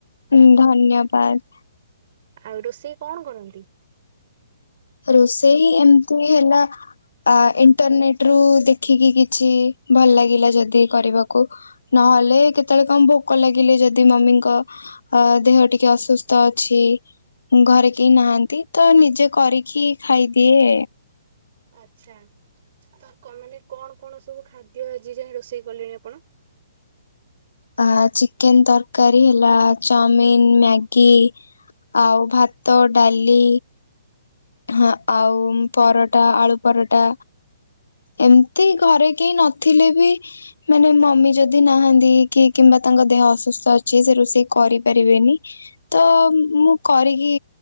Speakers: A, on the left; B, on the right.
A: ହଁ ଧନ୍ୟବାଦ।
B: ଆଉ ରୋଷେଇ କଣ କରନ୍ତି?
A: ରୋଷେଇ ଏମିତି ହେଲା। ଆ ଇଣ୍ଟରନେଟ ରୁ ଦେଖିକି କିଛି ଭଲ ଲାଗିଲା ଯଦି କରିବାକୁ ନହେଲେ କେତେବେଳେ କଣ ଭୋକ ଲାଗିଲେ ଯଦି ମମିଙ୍କ ଅ ଦେହ ଟିକେ ଅସୁସ୍ଥ ଅଛି ଘରେ କେହି ନାହାନ୍ତି ତ ନିଜେ କରି କି ଖାଇଦିଏ।
B: ଆଚ୍ଛା ତ ମାନେ କଣ କଣ ସବୁ ଖାଦ୍ୟ ଆଜି ଯାଇଁ ରୋଷେଇ କଲେଣି ଆପଣ?
A: ଆ ଚିକେନ ତରକାରୀ ହେଲା ଚାଉମିିନ, ମ୍ୟାଗି ଆଉ ଭାତ, ଡାଲି ହ ଆଉ ପରଟା ଆଳୁ ପରଟା ଏମତି ଘରେ କେହି ନଥିଲେ ବି ମାନେ ମମି ଯଦି ନାହାନ୍ତି କି କିମ୍ବା ତାଙ୍କ ଦେହ ଅସୁସ୍ଥ ଅଛି ସେ ରୋଷେଇ କରିପାରିବେନି। ତ
B: ହୁଁ
A: ମୁଁ କରିକି